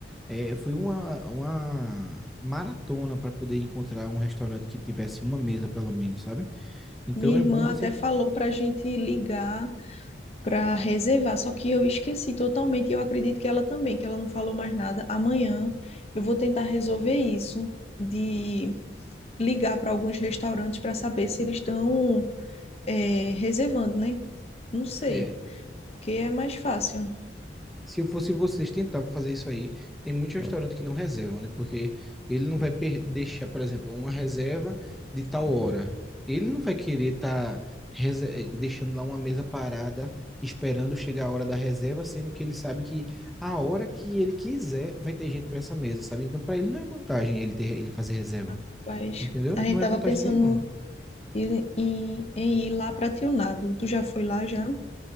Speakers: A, in the centre; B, on the left.
A: É, foi uma, uma maratona para poder encontrar um restaurante que tivesse uma mesa, pelo menos, sabe? Então
B: Minha
A: é
B: irmã
A: bom você.
B: até falou para gente ligar para reservar, só que eu esqueci totalmente e eu acredito que ela também, que ela não falou mais nada. Amanhã eu vou tentar resolver isso de ligar para alguns restaurantes para saber se eles estão eh, reservando, né? Não sei,
A: É.
B: porque é mais fácil.
A: Se eu fosse vocês, tentava fazer isso aí. Tem muitos restaurantes que não reservam, né? Porque ele não vai per- deixar, por exemplo, uma reserva de tal hora. Ele não vai querer estar deixando lá uma mesa parada, esperando chegar a hora da reserva, sendo que ele sabe que a hora que ele quiser vai ter gente para essa mesa, sabe? Então, para ele não é vantagem ele ter, ele fazer reserva.
B: Rapaz,
A: Entendeu?
B: a
A: Não
B: gente tava
A: é vantagem
B: pensando
A: nenhuma.
B: em, em- em ir lá para Tionado. Tu já foi lá já?